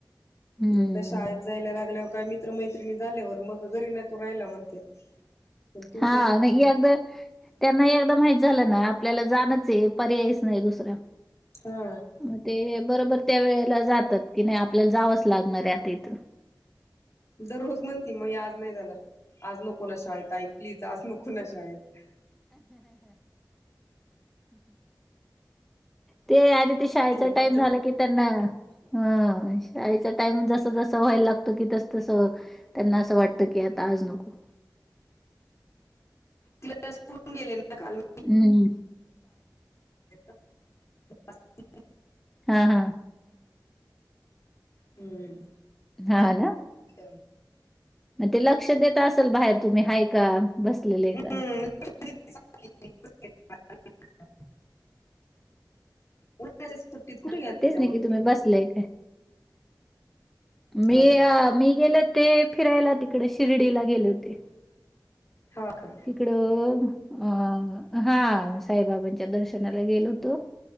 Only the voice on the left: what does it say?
एकदा शाळेत जायला लागल्याव काय मित्र मैत्रिणी झाल्यावर मग घरी नको रायला म्हणते पण तोपर्यंत
हम्म
हा
दररोज म्हणती मग आज नाही जाणार आज नको ना शाळेत आई प्लीज आज नको ना शाळेत
म्हटलं की
तिचं
तिलाून गेले ना काल म
<unintelligible> <inaudible>
हम्म
च
हम्म
<inaudible> उन्हाळ्याच्या सुट्टीत कुठे
गेलता
मग
तुम्ही
हा
हा का